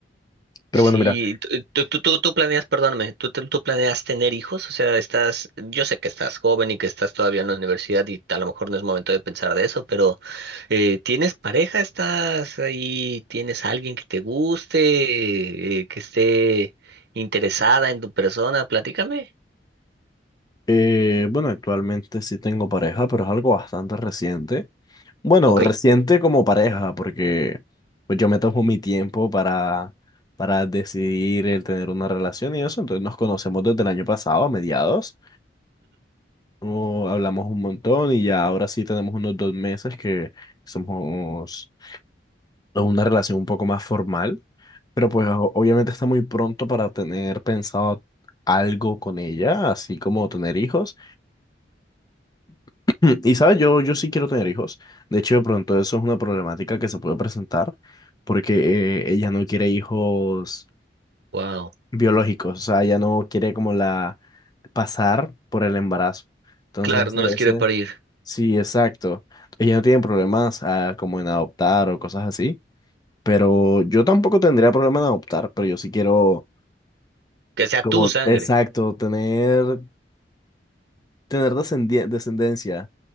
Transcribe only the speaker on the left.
Pero
bueno, mira.
Eh, bueno, actualmente sí tengo pareja, pero es algo bastante reciente. Bueno,
reciente como pareja, porque pues yo me tomo mi tiempo para, para decidir el tener una relación y eso. Entonces nos conocemos desde el año pasado, a mediados. No, hablamos un montón y ya ahora sí tenemos unos dos meses que somos en una relación un poco más formal. Pero pues o- obviamente está muy pronto para tener pensado algo con ella, así como tener hijos. <clears throat> Mm, Y sabes, yo, yo sí quiero tener hijos. De hecho, de pronto eso es una problemática que se puede presentar porque eh, ella no quiere hijos
biológicos, o sea, ella no quiere como la pasar por el embarazo. Entonces,
ese,
ese-
sí, exacto. Ella no tiene problemas ah, como en adoptar o cosas así, pero yo tampoco tendría problema en adoptar, pero yo sí quiero
como,
exacto, tener, tener descendi- descendencia